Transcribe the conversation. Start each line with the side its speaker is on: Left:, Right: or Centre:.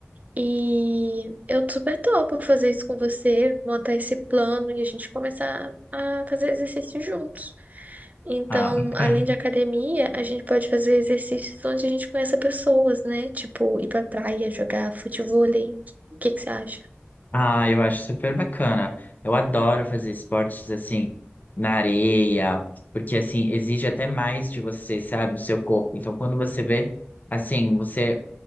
Right: E eu super topo fazer isso com você, montar esse plano e a gente começar a fazer exercício juntos. Então,
Left: Ah, bacana.
Right: além de academia, a gente pode fazer exercícios onde a gente conheça pessoas, né? Tipo, ir pra praia, jogar futevôlei. O que que você acha?
Left: Ah, eu acho super bacana. Eu adoro fazer esportes assim na areia, porque assim exige até mais de você, sabe, do seu corpo. Então, quando você vê, assim, você